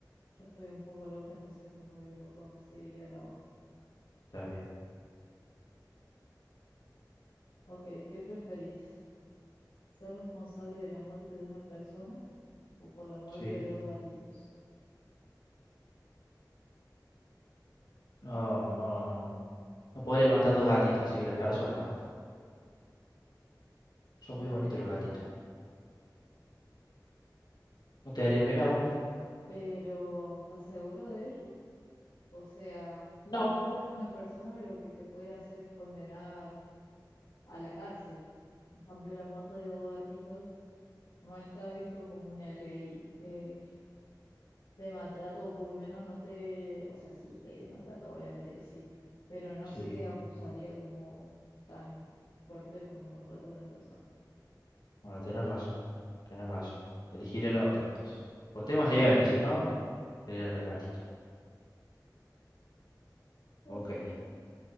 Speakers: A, on the left; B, on the left.
A: yo estoy un poco loca, entonces un novio loco sería la onda.
B: Está bien.
A: Ok, ¿qué preferís? ¿Ser responsable de la muerte de una persona o por la muerte
B: Sí.
A: de dos gatitos?
B: No, no, no. No podría matar dos gatitos, así que las personas no. Son
A: Increíble.
B: muy bonitos los gatitos. ¿No te daría pena vos?
A: Pero, ¿estás seguro de ello? O sea,
B: No.
A: la muerte de una persona lo que te puede hacer es condenar a la cárcel. En cambio, la muerte de dos gatitos no está visto como una ley eh, de maltrato, o por lo menos no te, o sea, sí, ley de maltrato, obviamente que sí, pero no
B: Sí,
A: se te acusaría como tan fuerte como la muerte de una persona.
B: bueno, tenés razón. Tenés razón. Elegiré la otra entonces. Por temas legales, si no, elegiré el gatito.
A: Pobre
B: Ok.
A: gatitos